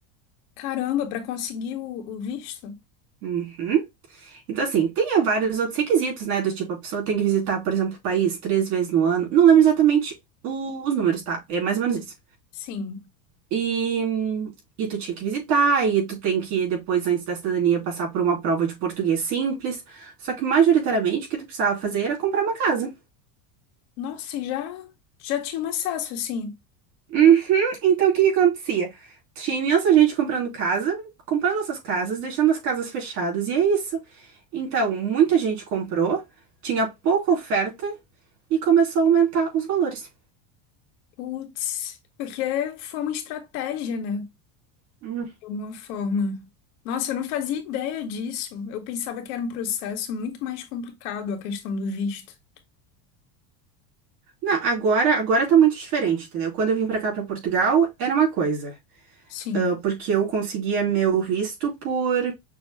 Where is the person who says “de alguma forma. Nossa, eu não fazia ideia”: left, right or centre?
Left